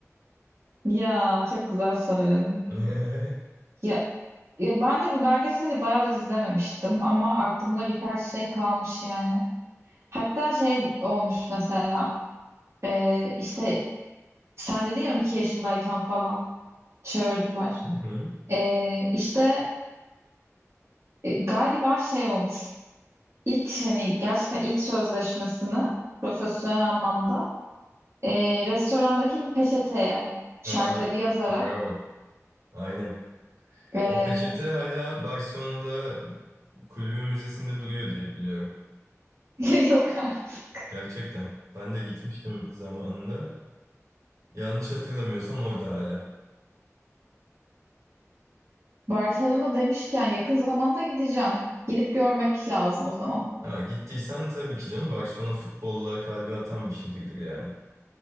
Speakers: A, on the right; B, on the right.
A: Ya çok güzel söyledin.
B: <laughs> Hı
A: Ya, ya ben de bu belgeseli bayağıdır izlememiştim ama aklımda birkaç şey kalmış yani. Hatta şey olmuş mesela e, işte sen dedin ya 12 yaşındayken falan çağırdılar.
B: hı.
A: E, işte e, galiba şey olmuş. İlk hani gerçekten ilk sözleşmesini profesyonel anlamda Ee, restorandaki bir peçeteye şartları
B: Aa,
A: yazarak
B: bravo. Aynen.
A: ee,
B: O peçete hala Barcelona'da kulübün müzesinde duruyor diye biliyorum.
A: <laughs> yok artık.
B: Gerçekten. Ben de gitmiştim zamanında. Yanlış hatırlamıyorsam orada hala.
A: Barcelona demişken yakın zamanda gideceğim. Gidip görmek lazım o zaman.
B: Ha, gittiysen tabii ki canım Barcelona futbolla kalbi atan bir şehirdir yani.